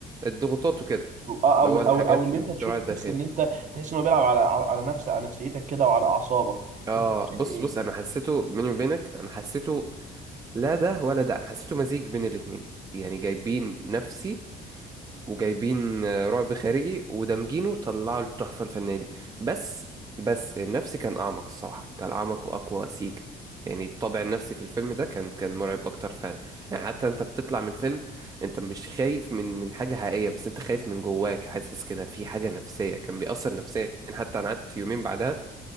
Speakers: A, on the right; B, on the right.
A: الضغوطات وكده
B: او او
A: اللي هو
B: او
A: الحاجات
B: او اللي
A: الصراع
B: انت تشوف تحس
A: الداخلي
B: ان انت تحس انه بيلعب على على نفس على نفسيتك كده وعلى اعصابك
A: اه
B: انت شايف
A: بص
B: ايه
A: بص انا حسيته بيني وبينك انا حسيته لا ده ولا ده انا حسيته مزيج بين الاتنين يعني جايبين نفسي وجايبين آه، رعب خارجي ودمجينه طلعوا التحفة الفنية دي بس بس النفسي كان أعمق الصراحة كان أعمق وأقوى سيكا يعني الطابع النفسي في الفيلم ده كان كان مرعب أكتر فعلا يعني حتى أنت بتطلع من الفيلم أنت مش خايف من من حاجة حقيقية بس أنت خايف من جواك حاسس كده في حاجة نفسية كان بيأثر نفسيا حتى أنا قعدت يومين بعدها